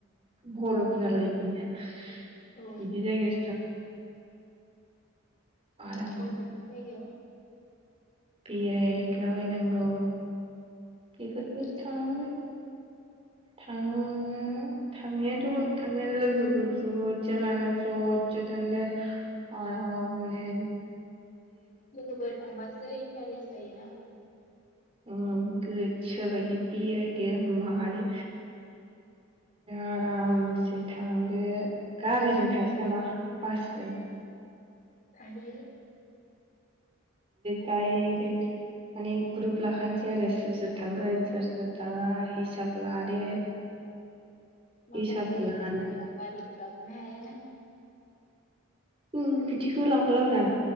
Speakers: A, on the right; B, on the left.
A: बरफ जालाय बिदि
B: औ
A: जायगायावसो आराम
B: नागौ बिदि जायो
A: बिराय हैलाबायनांगौ <inaudible>
B: औ
A: थानो मोनो थांनायाथ' थांनाय लोगोफोर बुरजा लानानै ज' ज' लानानै थांदों आरो बारहावा
B: लोगोफोर थांबासो इन्टारेस्ट जायो ना
A: उम गोसो बायदि बेरायदो मादै आरामसे थांदो गारिजों थायसै नामा बासजों
B: थांजायो।
A: डायरेक्ट माने ग्रुप लाखानोसै आरो सोर सोर थांगोन सोर सोर थाङा हिसाब लादो
B: माखासे
A: हिसाब लाना
B: मानसिया गारिबो गां खोनो हायाना
A: उम बिदिखौबो लांफाला बारा